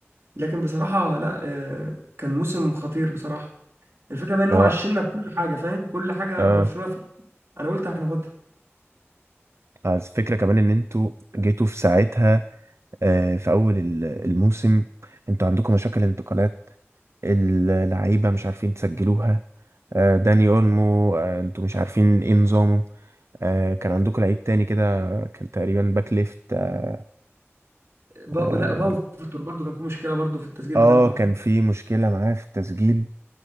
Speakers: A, on the right; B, on the right.
A: لكن بصراحه لا آه، كان موسم خطير بصراحه الفكره بقى ان
B: لا
A: هو عشمنا بكل حاجه فاهم كل حاجه
B: اه
A: برشلونه فيها انا قلت هناخدها
B: آه، الفكرة كمان ان انتوا جيتوا في ساعتها آه في اول ال- الموسم انتوا عندكم مشاكل انتقالات اللعيبة مش عارفين تسجلوها آه داني اولمو آه انتوا مش عارفين ايه نظامه آه كان عندكم لعيب تاني كده كان تقريبا باك ليفت آه,
A: با...
B: آه,
A: لا باو فيكتور برضو كان في مشكله برضو في التسجيل
B: اه
A: بتاعه برضو
B: كان في مشكلة معاه في التسجيل